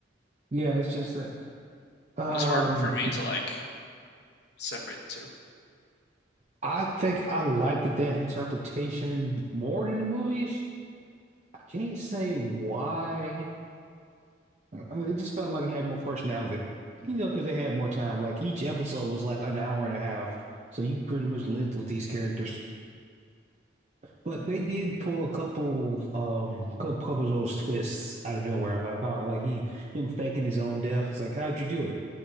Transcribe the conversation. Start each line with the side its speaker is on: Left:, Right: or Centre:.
Right: Yeah, it's just that. Um,
Left: It was hard for me to like separate the two.
Right: I think I liked that interpretation more than the movies. I can't say why. I mean, it just felt like it had more personality. You know, because they had more time. Like each episode was like an hour and a half, so you pretty much lived with these characters. But they did pull a couple, um, cou- couple of those twists out of nowhere. Like, oh, like he him faking his own death. It's like, how'd you do it?